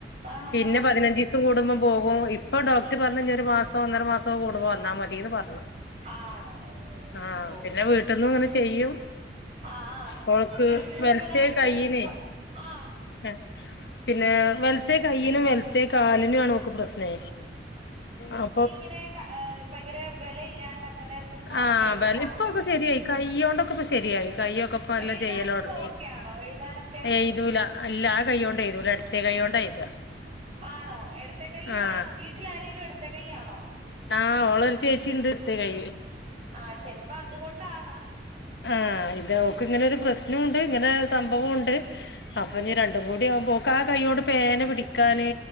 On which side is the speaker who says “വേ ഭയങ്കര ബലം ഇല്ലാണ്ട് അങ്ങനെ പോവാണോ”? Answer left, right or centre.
Right